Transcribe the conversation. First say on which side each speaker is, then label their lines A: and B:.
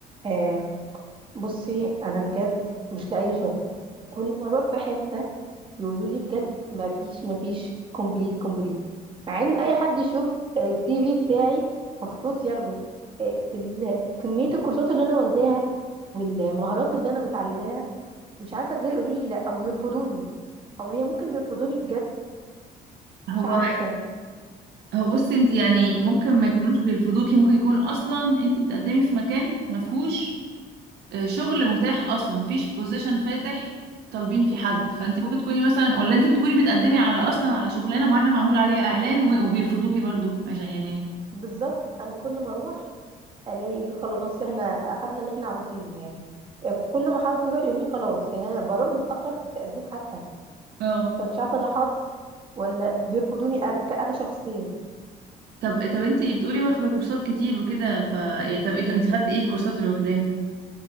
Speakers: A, on the right (about 30°); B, on the right (about 75°).
A: آه بصي انا بجد مش لاقيه شغل وكل ما اروح في حته يقولوا لي بجد ما فيش ما فيش كومبليت كومبليت مع ان اي حد يشوف السي في بتاعي المفروض ياخده آه ال- كميه الكورسات اللي انا واخداها والمهارات اللي انا متعلماها مش عارفه ازاي يقولوا لي لا او يرفضوني او هي ممكن بيرفضوني بجد
B: هو
A: مش عارفه
B: هو بصي انت يعني ممكن ما يكونوش بيرفضوكي ممكن يكون اصلا انت بتقدمي في مكان ما فيهوش آه، شغل متاح اصلا ما فيش بوزيشن فاتح طالبين فيه حد فانت ممكن تكوني مثلا ولا انت بتكوني بتقدمي على اصلا على شغلانه معينه معمول عليها اعلان و- وبيرفضوكي برضو عشان يعني
A: بالظبط انا كل ما اروح الاقي يقولوا لي خلاص احنا اخدنا اللي احنا عاوزينه يعني آه، كل ما حد يروح يقول لي خلاص يعني انا بروح متاخر في التقديم حتى
B: اه
A: فمش عارفه ده حظ ولا بيرفضوني انا كأنا شخصيا
B: طب طب انت بتقولي واخده كورسات كتير وكده ف إيه، طب إيه- انت خدتي ايه الكورسات اللي واخداها